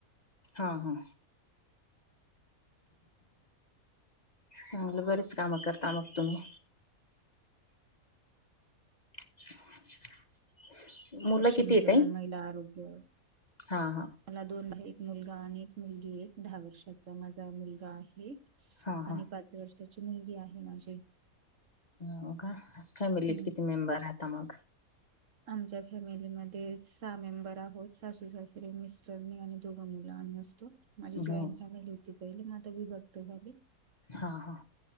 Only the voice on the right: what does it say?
ह <inaudible>
सक्षमीकरण,
महिला आरोग्य
मला दोन मुले एक मुलगा आणि एक मुलगी ये. दहा वर्षाचा माझा मुलगा आहे
आणि
पाच वर्षाची मुलगी आहे माझी.
हम्म
आमच्या फॅमिलीमध्ये सहा मेंबर आहोत. सासू सासरे, मिस्टर, मी आणि दोघ मुल आमी असतो. माझी जॉईंट
फॅमिली होती पहिले, म आता विभक्त झाली.